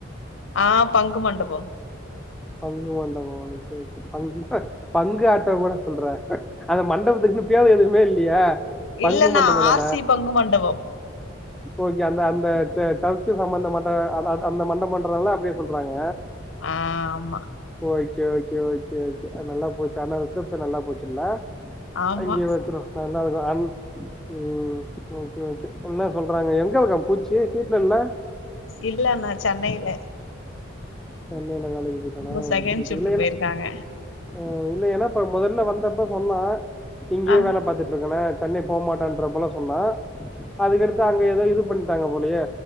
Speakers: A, on the left; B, in the centre.
A: ஆ பங்கு மண்டபோ
B: பங்கு மண்டபோ சேரி சேரி பங்குல பங்கு ஆட்ட கூட சொல்ற அந்த மண்டபத்துக்குன்னு பேரு எதுவுமே இல்லையா பங்கு
A: இல்ல அண்ணா
B: மண்டபம் தானே
A: ஆர் சி பங்கு மண்டபம்
B: ஓகே அந்த அந்த ச சர்ச்சு சம்பந்த மண்ட அ அ அந்த மண்டபன்றனால அப்டி சொல்றாங்க
A: ஆ ஆமா
B: ஓகே ஓகே ஓகே ஓகே நல்லா போச்சு ஆனா ரிஷப்சன் நல்லா போச்சுல்ல
A: ஆமா
B: அங்கே வச்சுருவோ நல்லதுதா அன் ம் ஓகே ஓகே என்ன சொல்றாங்க எங்க இருக்க பூச்சி வீட்ல இல்ல
A: இல்ல அண்ணா சென்னையில
B: சென்னையில தா தங்கி இருக்கானா
A: இப்போ செகண்ட்
B: சேரி சேரி
A: ஷிஃப்ட்
B: இல்ல என்ன
A: போயிருக்காங்க
B: ஆ இல்ல ஏன்னா இப்ப முதல்ல வந்தப்ப சொன்னா இங்கேயே
A: ஆ
B: வேல பாத்துட்டு இருக்கன சென்னை போகமாட்டன்ற போல சொன்னா அதுக்கடுத்து அங்க ஏதோ இது பண்ணித்தாங்க போலேயே